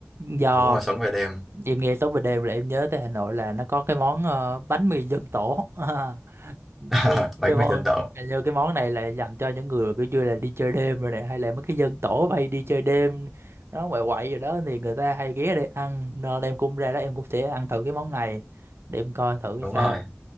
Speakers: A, on the right; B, in the centre.
A: do
B: đúng rồi sống về đêm
A: em nghe tối về đêm là em nhớ tới Hà Nội là nó có cái món ờ, bánh mì dân tổ <laughs> À,
B: <laughs>
A: cái
B: bánh
A: cái món
B: mì dân tộc
A: hình như cái món này là dành cho những người mà kiểu như là đi chơi đêm rồi này hay là mấy cái dân tổ hay đi chơi đêm nó quậy quậy rồi đó thì người ta hay ghé để ăn nên em cũng ra đó em cũng sẽ ăn thử cái món này để em coi thử cái
B: đúng
A: sao
B: rồi